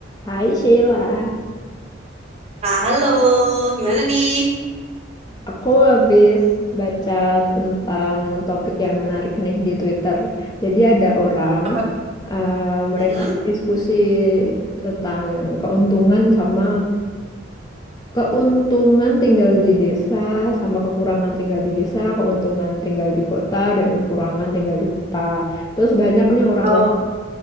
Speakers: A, on the left; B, on the right.
A: Hai Sheila,
B: Halo, gimana nih?
A: aku habis baca tentang topik yang menarik nih di Twitter. Jadi ada orang,
B: Apa? tuh?
A: eh, mereka
B: Mm-mm.
A: tuh diskusi tentang keuntungan sama keuntungan tinggal di desa, sama kekurangan tinggal di desa, keuntungan tinggal di kota, dan kekurangan tinggal di kota. Terus banyak nih orang-orang
B: Oh,